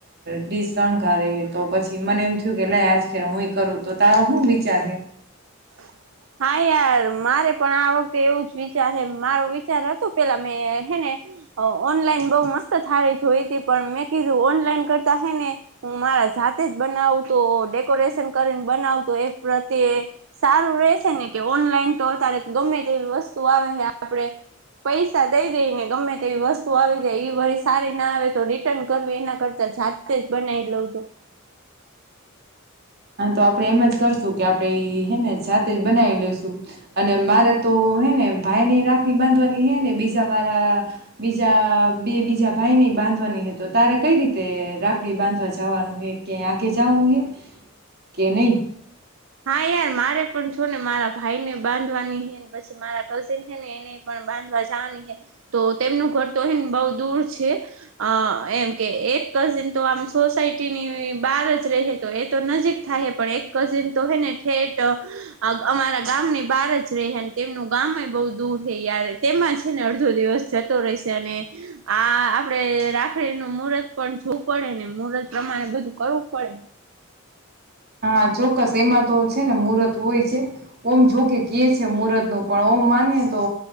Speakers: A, on the right; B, on the right.
A: ડીશ શણગારે તો પછી મ એમ થયું કે લય આજ ખેર હું કરું તો તારો શું વિચાર હે.
B: <inaudible> હા યાર મારે પણ આ વખતે એવું જ વિચાર હે મારો વિચાર હતો પેલા મેં હે ને. અ ઓનલાઈન બઉ મસ્ત હારી જોઈતી પણ મેં કીધું ઓનલાઈન કરતા હે ને હું મારા જાતે જ બનાવુ તો ડેકોરેશન કરીને બનાવ તો એ પ્રત્યે સારું રેશે. ને કે ઓનલાઈન તો અત્યારે ગમે તેવી વસ્તુ આવે ને આપડે પૈસા દઈ દે ને ગમે તેવી વસ્તુ આવી જાય એ વરી સારી ના આવે તો રિટર્ન કરવી એના કરતા જાતે જ બનાવી લઉ તો
A: હા તો આપડે એમ જ કરશું કે આપણેે હેને જાતે જ બનાવી લેશું અને મારે તો હે ને ભાઈ ની રાખડી બાંધવાની હે ને બીજા મારા બીજા બે બીજા ભાઈ ની બાંધવાની હે તો તારે કઈ રીતે રાખડી બાંધવા જવાનું હે કે આગે જવાનું હે. કે નય.
B: હા એ મારે પણ જોને મારા ભાઈ ને બાંધવાની હે પછી મારા કઝિન હે ને એને પણ બાંધવા જવા જવાની હે તો તેમનું ઘર તો એ બહુ દૂર છે એમ કે એક કઝીન તો આમ સોસાયટી ની બહાર જ રહે તો એ તો નજીક થાય પણ એક કઝિન તો હેને ઠેટ અમારા ગામની બાર જ રેહે તેમનું ગામ એ બો દૂર હે તેમાં છે ને અડધો દિવસ જતો રહેશે અને આ આપડે રાખડી નું મુહૂર્ત પણ જોવું પડે ને મુહૂર્ત પ્રમાણે બધું કરવું પડેને
A: હા ચોક્કસ એમાં તો છે ને મુહર્ત હોય છે ઓમ જોકે કીએ છે. મુરત નું પણ ઓમ માનયે તો